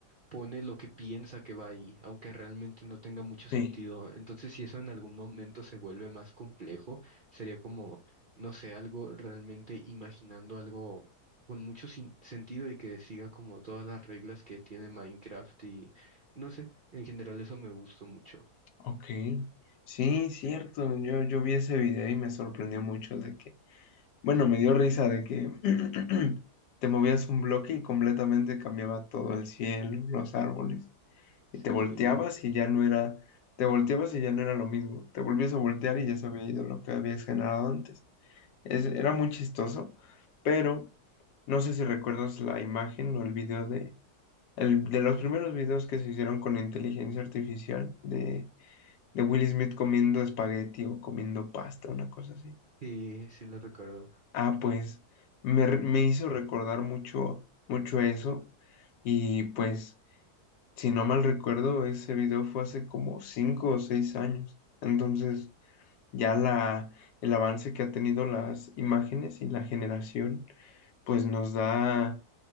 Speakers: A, on the right; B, on the left.
A: pone lo que piensa que va ahí, aunque realmente no tenga mucho sentido.
B: sí,
A: Entonces, si eso en algún momento se vuelve más complejo, sería como, no sé, algo realmente imaginando algo con mucho sin- sentido y que siga como todas las reglas que tiene Minecraft y no sé, en general eso me gustó mucho.
B: ok. Sí, cierto. Yo, yo vi ese video y me sorprendió mucho de que Bueno, me dio risa de que <clears throat> te movías un bloque y completamente cambiaba todo el cielo, los árboles. Y te volteabas
A: Sí,
B: y ya no era, te volteabas y ya no era lo mismo. Te volvías a voltear y ya se había ido lo que habías generado antes. Es- era muy chistoso, pero no sé si recuerdas la imagen o el video de, el, de los primeros videos que se hicieron con inteligencia artificial de, de Will Smith comiendo espagueti o comiendo pasta, una cosa así.
A: sí, sí lo recuerdo.
B: Ah, pues me, re- me hizo recordar mucho, mucho eso. Y pues, si no mal recuerdo, ese video fue hace como cinco o seis años. Entonces, ya la, el avance que ha tenido las imágenes y la generación, pues nos da